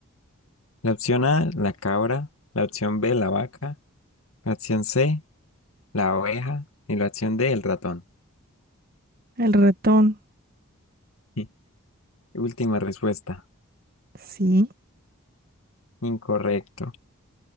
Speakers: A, on the left (about 85°); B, on the right (about 45°).
A: La opción A, la cabra. La opción B, la vaca. La opción C, la oveja. Y la opción D, el ratón.
B: el ratón,
A: <laughs> Sí. Última respuesta.
B: sí.
A: Incorrecto.